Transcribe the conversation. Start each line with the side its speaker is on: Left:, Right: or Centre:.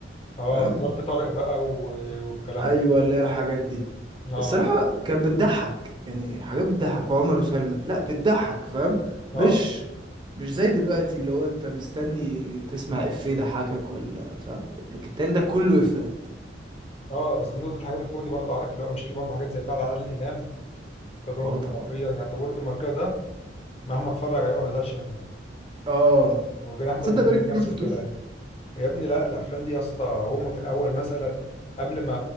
Left: اه
Right: فاهم
Left: ظرف طارق بقى و- والكلام
Right: ايوه
Left: ده
Right: اللي هي الحاجات دي
Left: اه
Right: الصراحه كانت بتضحك يعني حاجات بتضحك وعمر وسلمى لا بتضحك فاهم
Left: اه
Right: مش مش زي دلوقتي اللي هو انت مستني تسمع افيه يضحكك ولا فاهم لكن التاني ده كله افيه
Left: اه بس بالنسبة للحاجات الكوميدي برضه عارف اللي هو مش هيجي برضه حاجات زي بتاعة عادل إمام التجربة
Right: اه
Left: الدنماركية
Right: طبعا
Left: يعني التجربة الدنماركية ده مهما اتفرج عليه ما بزهقش منه
Right: اه
Left: مرجان أحمد
Right: تصدق
Left: مرجان
Right: بقالي كتير
Left: نفس
Right: ما شفتوش
Left: الكلام يا ابني لا الأفلام دي يا اسطى هما في الأول مثلا قبل ما